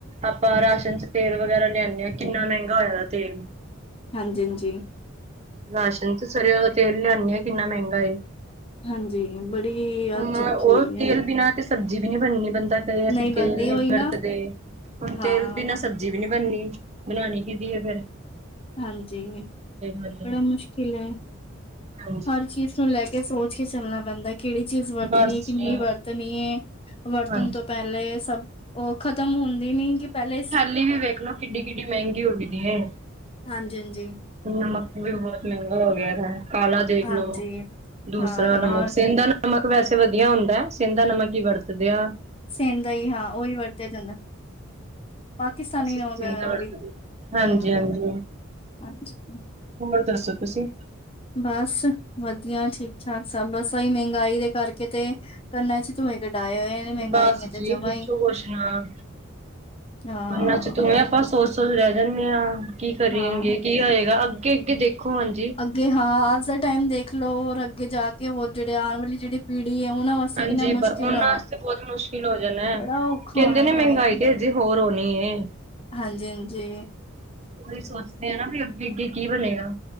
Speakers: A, on the right; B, on the left.
A: ਆਪਾਂ ਰਾਸ਼ਨ ਚ ਤੇਲ ਵਗੈਰਾ ਲਿਆਦੇ ਹਾਂ ਕਿੰਨਾ ਮਹਿੰਗਾ ਹੋਇਆ ਤੇਲ
B: ਹਾਂਜੀ ਹਾਂਜੀ,
A: ਰਾਸ਼ਨ ਚ ਸਰਯੌਂ ਦਾ ਤੇਲ ਲਿਆਨੇ ਆਂਂ ਕਿੰਨਾ ਮਹਿੰਗਾ ਏ।
B: ਹਾਂਜੀ ਬੜੀ
A: ਹੁਣ
B: ਆਤ ਚੱਕੀ
A: ਉਹ
B: ਹੋਈ
A: ਤੇਲ
B: ਹੈ।
A: ਬਿਨਾਂ ਤੇ ਸਬਜ਼ੀ ਨਹੀ ਬਨਦੀ ਬੰਦਾ ਤੇਲ
B: ਨਈ
A: ਕੈ ਤੇਲ
B: ਬਣਦੀ
A: ਨੀ
B: ਉਹੀ
A: ਵਰਤਦੇ
B: ਨਾ
A: ਹੁਣ
B: ਹਾਂ,
A: ਤੇਲ ਬਿਨਾ ਸਬਜੀ਼ ਜੀਵੇਂ ਨੀ ਬਣਨੀ ਬਣਾਨੀ ਕਹੀਦੀ ਹੈ ਫੇਰ
B: ਹਾਂਜੀ
A: ਵਾਲੀ।
B: ਬੜਾ ਮੁਸ਼ਕਿਲ ਹੈ
A: ਹਾਂਜੀ
B: ਹਰ ਚੀਜ਼ ਨੂੰ ਲੈ ਕੇ ਸੋਚ ਕੇ ਚੱਲਣਾ ਪੈਂਦਾ ਕਿਹੜੀ ਚੀਜ਼ ਵਰਤਣੀ
A: ਬਸ
B: ਹੈ ਕਿੰਨੀ
A: ਜੀ
B: ਵਰਤਣੀ ਹੈ ਵਰਤਣ
A: ਹਾਂਜੀ
B: ਤੋਂ ਪਹਿਲੇ ਸਭ ਉਹ ਖਤਮ ਹੁੰਦੀ ਨੀ ਕਿ ਪਹਿਲੇ
A: ਪਲੀਜ਼ ਵੇਖਨਾ ਕਿੱਡੀ ਕਿੱਡੀ ਮਹਿੰਗੀ ਹੋ ਗਈਦੀ ਹੈ
B: ਹਾਂਜੀ ਹਾਂਜੀ
A: ਨਮਕ ਵੀ ਹੁਣ ਮਹਿੰਗਾ ਹੋ ਗਿਆ ਕਾਲਾ ਦੇਖ
B: ਹਾਂਜੀ
A: ਲੋੋ। ਦੂਸਰਾ
B: ਹਾਂ,
A: ਨਮਕ ਸੇਂਧਾ ਨਮਕ ਵੈਸੇ ਵਧੀਆ ਹੁੰਦਾ ਸੇਂਧਾ ਨਮਕ ਹੀ ਵਰਤਦੇ ਆਂ।
B: ਸੇਨਦਾ ਈ ਹਾਂ ਓਹੀ ਵਰਤੇ ਦੇ। ਹਨਾਂ। ਪਾਕਿਸਤਾਨੀ
A: ਅਸੀਂ
B: ਆਓਦਾ।
A: ਸੇਂਦਾ
B: ਓ
A: ਵਰਤਦੇ।
B: ਵੀ।
A: ਹਾਂਜੀ
B: ਹੂੰ।
A: ਹਾਂਜੀ
B: ਅੱਛਾ
A: ਹੋਰ ਦੱਸੋ ਤੁਸੀਂ
B: ਬਸ ਵਧੀਆ, ਠੀਕ ਠਾਕ ਸਭ ਬ ਸਹੀ ਮਹਿੰਗਾਈ ਦੇ ਕਰਕੇ ਤੇ ਕੰਨਾ ਚ ਧੂਏਂ ਕਢਾਇ ਹੋਏ। ਨੇ ਮਹਿੰਗਾਈ
A: ਬਸ
B: ਨੇ ਤੇ
A: ਜੀ
B: ਜਮਾ
A: ਪੁੱਛੋ
B: ਹੀ
A: ਕੁਛ ਨਾ
B: ਹਾਂ
A: ਕੰਨਾਂ ਚ ਤੂਵੇ ਬਸ ਸੋਚ ਸੋਚ ਰਹਿ ਜਾਂਦੇ ਆਂ ਕੀ ਕਰਿਏਂਗੇ
B: ਹਾਂ
A: ਕੀ ਹੋਏਗਾ ਅੱਗੇ ਅੱਗੇ ਦੇਖੋ ਹੁਣ।
B: ਅੱਗੇ ਹਾਂ ਅਜ ਦੇ ਟਾਈਮ ਦੇਖ ਲਓ ਹੋਰ ਅੱਗੇ ਜਾ ਕੇ ਹੋਰ ਜਿਹੜੇ ਆਉਣ ਵਾਲੀ ਜਿਹੜੀ ਪੀੜ੍ਹੀ ਹੈ ਉਹਨਾਂ ਵਾਸਤੇ।
A: ਹਾਂਜੀ
B: ਕਿੰਨਾ ਮੁਸ਼ਕਿਲ
A: ਉਹਨਾਂ
B: ਹੋਣਾ
A: ਵਾਸਤੇ ਬਹੁਤ ਮੁਸ਼ਕਿਲ ਹੋ ਜਾਣਾ ਹੈ
B: ਬੜਾ ਔਖਾ
A: ਕਹਿੰਦੇ
B: ਹੋਣਾ
A: ਨੇ ਮਹਿੰਗਾਈ
B: ਟਾਈਮ
A: ਤੇ ਹੋਰ ਹੋਣੀ ਏ
B: ਹਾਂਜੀ ਹਾਂਜੀ
A: ਅਸੀ ਸੋਚਦੇ ਆ ਨਾ ਭੀ ਅੱਗੇ ਅੱਗੇ ਕੀ ਕੀ ਬਣੇਗਾ।